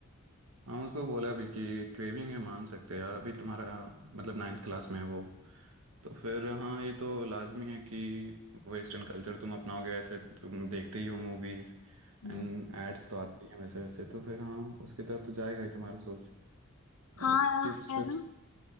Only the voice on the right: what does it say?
हाँ उसको बोला भी कि क्रेविंग है मान सकते हैं यार अभी तुम्हारा मतलब नाइन्थ क्लास में है वो तो फिर हाँ ये तो लाजमी है कि वेस्टर्न कल्चर तुम अपनाओगे वैसे तुम देखते ही हो मूवीज
एंड एड्स तो आते ही हैं वैसे वैसे तो फिर हाँ उसकी तरफ तो जाएगा ही तुम्हारा सोच
और चिप्स
विप्स